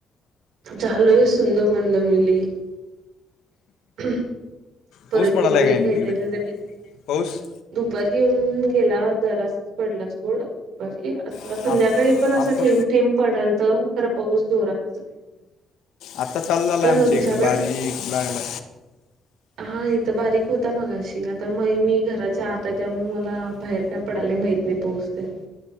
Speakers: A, on the right; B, on the left.
A: झालोय सुंद मंद मी लयं. परत
B: पाऊस पडायला
A: ती गोळी
B: आहे काय नाही
A: खायची
B: तिकडे
A: आहे त
B: पाऊस
A: दुपारी येऊन गेला जरास पडला सोड दुपारी आता
B: आप-
A: संध्याकाळी पण अस
B: आत्ता
A: ठेंब ठेंब पडला खरा पाऊस जोरात असं काही नाही.
B: आत्ता चालू
A: तिथं
B: झाला आमच्या
A: तुमच्याकड?
B: इकडे बारीक लागला
A: हा इथं बारीक होता मगाशी आता मगं मी घराच्या आता त्या म मला बाहेर काय पडायला माहित नाही पाऊस ते.